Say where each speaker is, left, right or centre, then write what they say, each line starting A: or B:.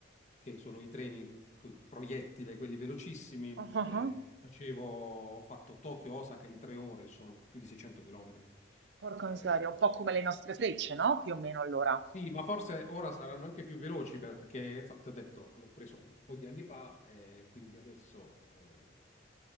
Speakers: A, on the left; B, on the right.
A: che sono i treni co- proiettile, quelli velocissimi.
B: Ah, ah,
A: Eh,
B: ah.
A: facevo, ho fatto Tokyo-Osaka in tre ore, sono più di 600 chilometri.
B: Porca
A: Eh,
B: miseria, un po' come le nostre frecce, no? Più o meno allora.
A: sì, ma forse ora saranno anche più veloci perché, so, ti ho detto, l'ho preso un po' di anni fa e quindi adesso eh,